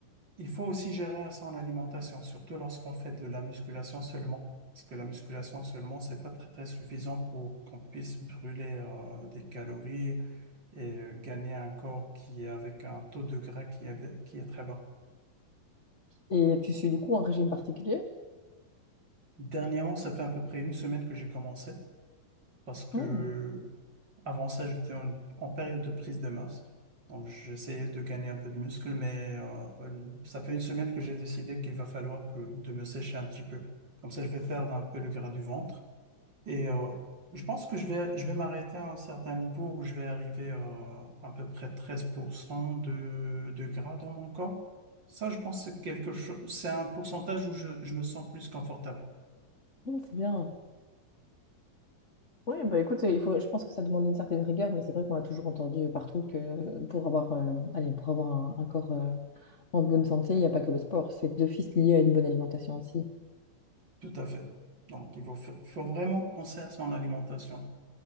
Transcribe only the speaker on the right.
il faut aussi gérer son alimentation, surtout lorsqu'on fait de la musculation seulement. Parce que la musculation seulement, c'est pas très très suffisant pour qu'on puisse brûler euh, des calories et euh, gagner un corps qui est avec un taux de gras qui est, qui est très bas.
Dernièrement, ça fait à peu près une semaine que j'ai commencé parce que
Avant ça, j'étais en, en période de prise de masse. Donc, j'essayais de gagner un peu de muscle, mais euh, euh, ça fait une semaine que j'ai décidé qu'il va falloir que de me sécher un petit peu. Comme ça, je vais perdre un peu le gras du ventre. Et euh, je pense que je vais, je vais m'arrêter à un certain niveau où je vais arriver euh, à peu près 13% de, de gras dans mon corps. Ça, je pense que c'est quelque chose, c'est un pourcentage où je, je me sens plus confortable.
Tout à fait. Donc, il faut, fa- faut vraiment penser à son alimentation.